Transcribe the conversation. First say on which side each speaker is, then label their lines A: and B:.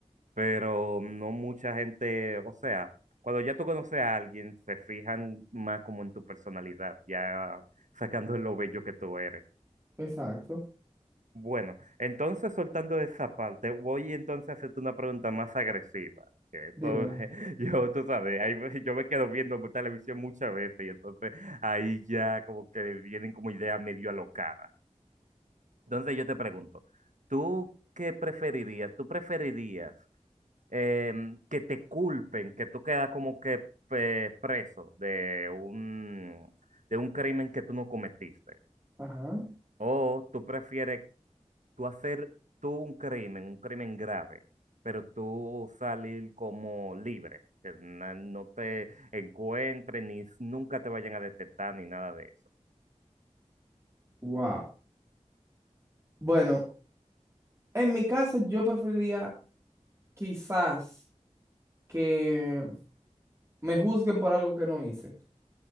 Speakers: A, on the right (about 80°); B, on the right (about 25°).
A: Pero no mucha gente, o sea, cuando ya tú conoces a alguien, se fijan más como en tu personalidad, ya sacando lo bello que tú eres.
B: Exacto.
A: Bueno, entonces soltando esa parte, voy entonces a hacerte una pregunta más agresiva. Que esto,
B: Dímelo.
A: <laughs> yo, tú sabes, ahí ve- yo me quedo viendo mu- televisión muchas veces y entonces ahí ya como que vienen como ideas medio alocadas. Entonces yo te pregunto, ¿tú qué preferirías? ¿Tú preferirías em, que te culpen, que tú quedas como que eh, preso de un, de un crimen que tú no cometiste?
B: Ajá.
A: O tú prefieres tú hacer tú un crimen, un crimen grave, pero tú salir como libre, que na- no te encuentren ni s- nunca te vayan a detectar ni nada de eso.
B: Wow. Bueno, En mi caso, yo preferiría quizás que me juzguen por algo que no hice.